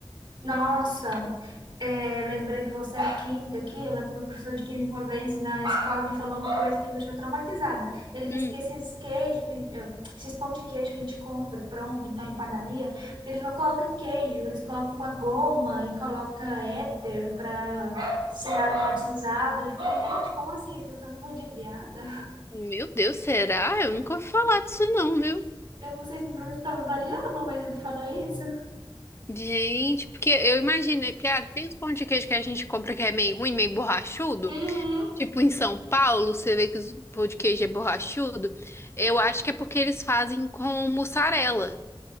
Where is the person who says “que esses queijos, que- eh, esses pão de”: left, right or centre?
Right